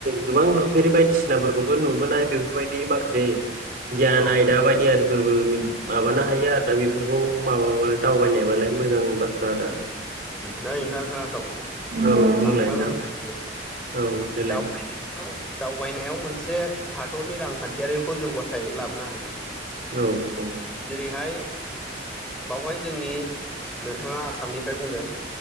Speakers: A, on the right; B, in the centre.
A: गोबां नुफेरि बायदिसिनाफोरखौबो नुबोनाय बेफोरबायदि बिदि माखासे गियान
B: औ
A: आयदा बादि आरो <unintelligible> माबानो हायो आरो दा बेफोरखौ माबा बालाय दावबायनायबालाय मोजां बा आरो
B: नै नोंथां खोनासं
A: औ बुंलाय
B: आं नोंथांनो
A: नोंथां
B: फोरमायनोसै
A: औ देलाय
B: दावबायनायाव दावबायनायाव मोनसे हादरनि रांखान्थियारिखौ जौगाथाय लाबोनो हायो।
A: औ औ
B: जेरैहाय बावहाय जोंनि नोंथाङा आसामनि फाय बुंदों।